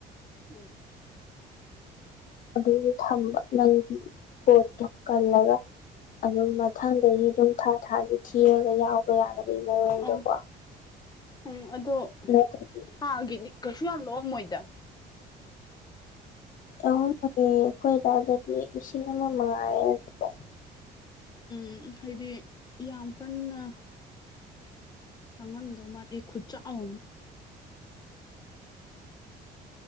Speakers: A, on the left; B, on the left.
A: ꯎꯝ
B: ꯑꯗꯨꯒ ꯊꯝꯕ ꯅꯪꯒꯤ ꯄꯣꯠꯇꯣ ꯀꯜꯂꯒ ꯑꯗꯨꯝ ꯃꯊꯪꯗꯩꯩꯒꯤ ꯑꯗꯨꯝ ꯊꯥ ꯊꯥꯒꯤ ꯊꯤꯔꯒ ꯌꯥꯎꯕ ꯌꯥꯅꯕꯒꯤ ꯃꯑꯣꯡꯗꯀꯣ
A: ꯑꯣ ꯎꯝ ꯑꯗꯣ
B: ꯅꯠꯇꯔꯗꯤ
A: ꯊꯥꯒꯤꯗꯤ ꯀꯩꯁꯨ ꯌꯥꯝ ꯂꯧꯔꯝꯃꯣꯏꯗ
B: ꯑꯍꯨꯝꯕꯨꯗꯤ ꯑꯩꯈꯣꯏꯗꯥꯎꯗꯗꯤ ꯂꯤꯁꯤꯡ ꯑꯃ ꯃꯉꯥꯏꯔꯦ ꯑꯗꯨ
A: ꯎꯝ ꯍꯥꯏꯗꯤ ꯌꯥꯝ ꯀꯟꯅ ꯇꯪꯉꯝꯗꯧ ꯃꯥꯜꯂꯦ ꯈꯨꯠꯆꯥꯎ ꯑꯃꯥ